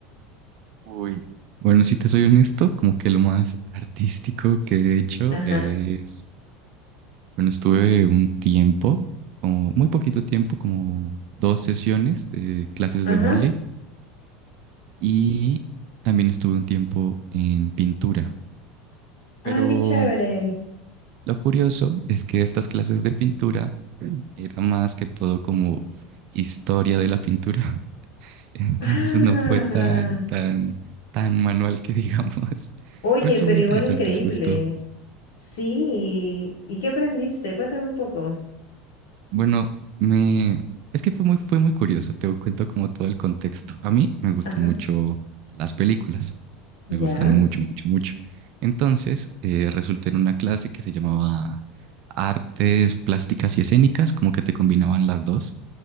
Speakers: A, on the right; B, on the left.
A: Uy. Bueno, si te soy honesto, como que lo más artístico que he hecho
B: Ajá,
A: es, bueno, estuve un tiempo, como muy poquito tiempo, como dos sesiones de clases
B: ajá.
A: de baile y también estuve un tiempo en pintura. Pero
B: Ah, qué chévere.
A: lo curioso es que estas clases de pintura era más que todo como historia de la pintura. <laughs> Entonces
B: Ah,
A: no fue tan, tan, tan manual que digamos,
B: oye,
A: pero estuvo
B: pero
A: muy interesante,
B: igual increíble.
A: me gustó.
B: Sí. ¿Y qué aprendiste? Cuéntame un poco.
A: Bueno, me... Es que fue muy, fue muy curioso, te cuento como todo el contexto. A mí me gustan
B: Ajá.
A: mucho las películas, me
B: Ya.
A: gustan mucho, mucho, mucho. Entonces, eh, resulté en una clase que se llamaba Artes Plásticas y Escénicas, como que te combinaban las dos.